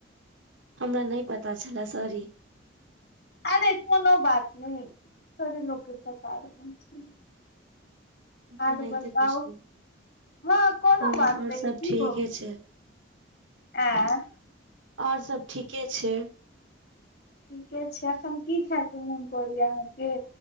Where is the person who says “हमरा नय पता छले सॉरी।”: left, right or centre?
Right